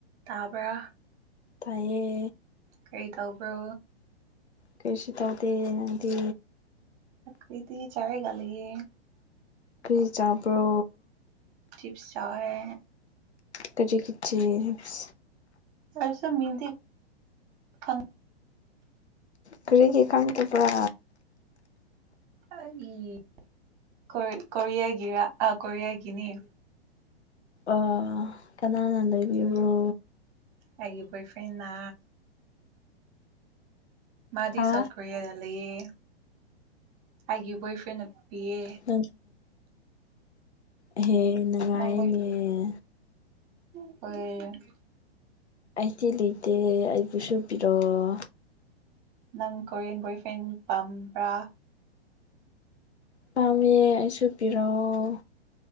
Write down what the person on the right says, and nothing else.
ꯇꯥꯕ꯭ꯔꯥ
ꯀꯔꯤ ꯇꯧꯕ꯭ꯔꯣ
ꯑꯈ‌ꯣꯏꯗꯤ ꯆꯥꯔꯒ ꯂꯩꯌ‌ꯦ
ꯆꯤꯞꯁ ꯆꯥꯎꯋꯦ
ꯑꯁꯨ ꯃꯤꯡꯗꯤ ꯈꯪ
ꯑꯩ ꯀ‌ꯣ ꯀꯣꯔꯤꯌꯥꯒꯤꯔꯥ ꯑ ꯀꯣꯔꯤꯌꯥꯒꯤꯅ‌ꯦ
ꯎꯝ ꯑꯩꯒꯤ ꯕꯣꯏ ꯐ꯭ꯔꯦꯟꯅꯥ ꯃꯥꯗꯤ
ꯁꯥꯎꯠ ꯀꯣꯔꯤꯌꯥꯗ ꯂꯩꯌꯦ ꯑꯩꯒꯤ ꯕꯣꯏꯐ꯭ꯔꯦꯟꯅ ꯄꯤꯌꯦ
ꯅꯪ ꯈꯣꯏ <unintelligible>
ꯅꯪ ꯀꯣꯔꯤꯌꯟ ꯕꯣꯏ ꯐ꯭ꯔꯦꯟ ꯄꯥꯝꯕ꯭ꯔꯥ